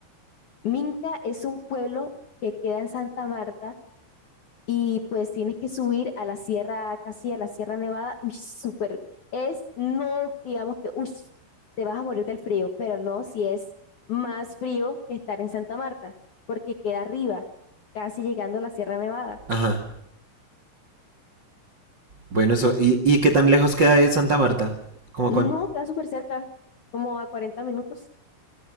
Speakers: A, on the left; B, on the right.
A: Minca es un pueblo que queda en Santa Marta y pues tienes que subir a la sierra, casi a la Sierra Nevada, uy, súper, es, no digamos que, uy, te vas a morir del frío, pero no si es más frío que estar en Santa Marta, porque queda arriba, casi llegando a la Sierra Nevada.
B: Ajá. Bueno, eso. ¿Y, y qué tan lejos queda de Santa Marta? Como
A: No,
B: cuánto?
A: queda súper cerca, como a 40 minutos.